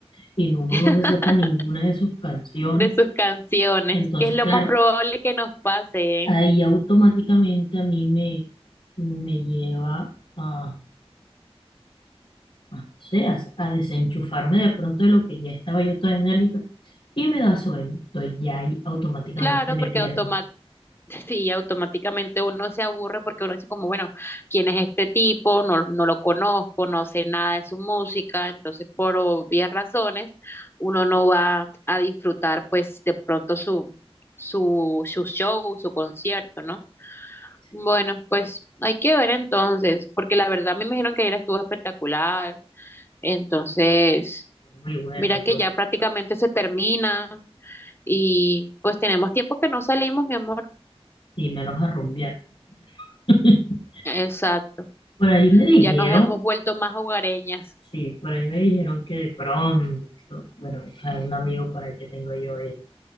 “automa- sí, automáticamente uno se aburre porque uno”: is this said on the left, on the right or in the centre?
Left